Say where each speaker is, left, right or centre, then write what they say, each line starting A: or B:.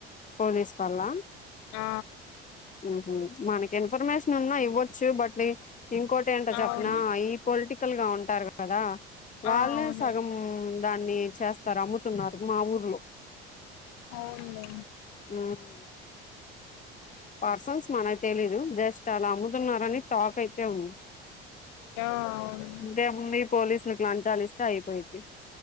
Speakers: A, on the left; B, on the left.
A: వేస్వళ్ల
B: ఆ
A: ఉహు మనకి ఇన్ఫర్మేషన్ ఉన్నా ఇవ్వచ్చు బట్ వెక్స్ ఇంకోటి ఏంటో చెప్పన
B: అవును
A: ఈ పొలిటికల్ గా ఉంటారు కదా
B: ఆ
A: వాళ్ళే
B: అవును
A: సగం దాన్ని చేస్తారు అమ్ముతున్నారు మా ఊర్లో
B: అవున్ లే
A: ఉమ్ పర్సన్స్ మనకు తెలిదు జస్ట్ అలా అమ్ముతున్నారని టాక్ అయితే ఉంది
B: ఆ అవును
A: ఇంకేముంది పోలీసులకు లంచాలు ఇస్తే అయిపోయిద్ధి